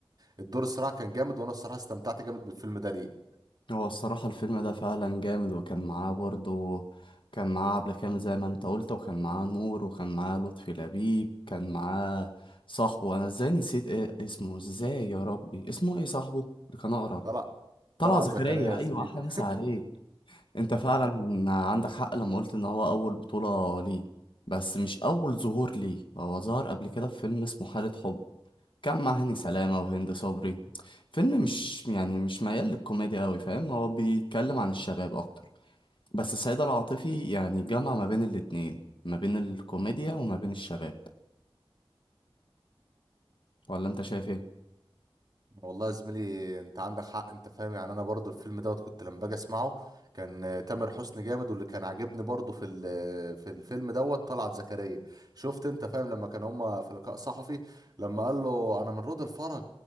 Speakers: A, on the right; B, on the left.
A: الدور الصراحه كان جامد وانا الصراحه استمتعت جامد بالفيلم ده ليه
B: هو الصراحة الفيلم ده فعلا جامد وكان معاه برضه كان معاه عبلة كامل زي ما انت قلت وكان معاه نور وكان معاه لطفي لبيب كان معاه صاحبه انا ازاي نسيت ايه اسمه ازاي يا ربي اسمه ايه صاحبه اللي كان اقرع
A: طلع
B: طلع
A: طلعت
B: زكريا
A: زكريا يا
B: ايوه
A: زميلي
B: احلى مسا عليك انت فعلا عندك حق لما قلت ان هو اول بطولة ليه بس مش اول ظهور ليه هو ظهر قبل كده في فيلم اسمه حالة حب كان مع هاني سلامة وهند صبري فيلم مش يعني مش ميال للكوميديا قوي فاهم هو بيتكلم عن الشباب اكتر بس سيد العاطفي يعني جمع ما بين الاتنين ما بين الكوميديا وما بين الشباب ولا انت شايف ايه
A: <laughs> والله يا زميلي انت عندك حق انت فاهم يعني انا برضو الفيلم دوت كنت لما باجي اسمعه كان آه، تامر حسني جامد واللي كان عاجبني برضو في ال- في الفيلم دوت طلعت زكريا شفت انت فاهم لما كان هما في لقاء صحفي لما قال له انا من رود الفرج